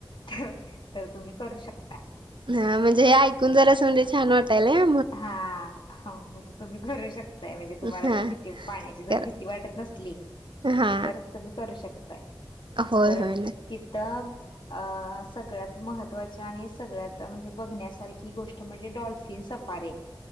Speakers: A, on the left; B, on the right.
A: तर तर तुम्ही करू शकता
B: हा म्हणजे हे ऐकून जरास म्हणजे छान वाटालय
A: हा हा मग तुम्ही करू शकता म्हणजे तुम्हाला
B: हा
A: जर भीती पाण्याची जर
B: करा
A: भीती वाटत नसली
B: हा
A: तर तुम्ही करू शकताय
B: होय
A: परत
B: होय न
A: तिथ अ सगळ्यात महत्त्वाच्या आणि सगळ्यात म्हणजे बघण्यासारखी गोष्ट म्हणजे डॉल्फिन पारे